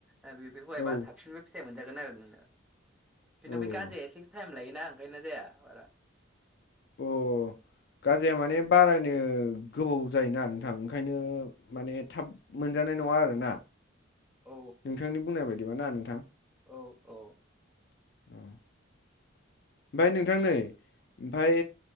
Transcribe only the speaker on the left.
औ औ
औ
अ गाजाया माने बारायनो गोबाव जायोना नोंथां ओंखायनो माने थाब मोनजा नाय नङा आरोना
नोंथांनि बुंनाय बायदिबा ना नोंथां
<inaudible> फाय नोंथां नै ओमफाय